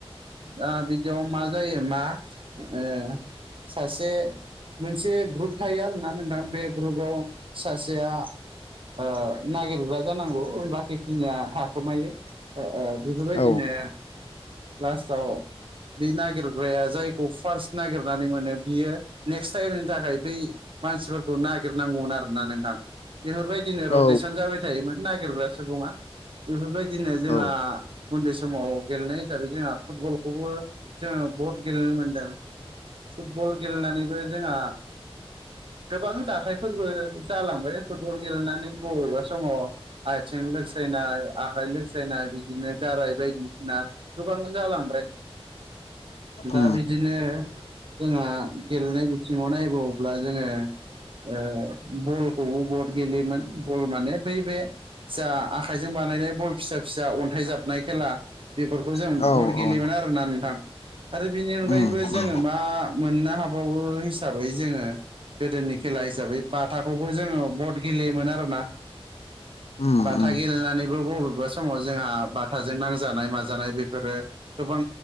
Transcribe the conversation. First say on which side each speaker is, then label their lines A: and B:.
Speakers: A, on the right; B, on the left.
A: दा बिदियाव मा जायो मा ओ सासे मोनसे ग्रुप थायो आरोना नोंथां बे ग्रुपाव सासेया ओ नागिरग्रा जानांगौ बाखि खिनिया थाखोमायो। ओ ओ बेफोरबायदिनो
B: औ
A: लास्टाव बे नागिरग्राया जायखौ फार्स्ट नागिरनानै मोनो बियो नेक्स्ट टाइमनि थाखाय बै मानसिफोरखौ नागिरनांगौमोन आरो। ना नोंथां बेफोरबायदिनो
B: औ
A: रटेसन जाबाय थायोमोन नागिरग्रा सुबुङा। बेफोरबायदिनो जोंहा
B: औ
A: उन्दै समाव गेलेनाय हिसाबै जोंहा फुटबलखौबो जोङो बहुद गेलेनो मोनदों फुटबल गेलेनानैबो जोंहा गोबां जाथायफोरबो जालांबाय फुटबल गेलेनानै बबेबा समाव आथिं लोंसायनाय आखाइ लोंसायनाय बिदिनो गाराय बायदिसिना गोबां जालांबाय दा
B: उम
A: बिदिनो जोंहा गेलेनाय बिथिङाव नायबावोब्ला जोङो ओ बलखौबो बहुद गेलेयोमोन बल माने बै बे जा आखाइजों बानायनाय बल फिसा फिसा अन्थाइ जाबनाय खेला बेफोरखौ जों
B: उम औ
A: भट गेलेयोमोन
B: औ
A: आरोना नोंथां। आरो बिनि अनगायैबो
B: उम
A: जोङो
B: उम
A: मा मोननो हाबावो हिसाबै जोङो गोदोनि खेला हिसाबै बाथाखौबो जोङो भट गेलेयोमोन आरोना।
B: उम
A: बाथा
B: उम
A: गेलेनानैबो बबेबा समाव जोंहा बाथाजों नांजानाय माजानाय बेफोरो गोबां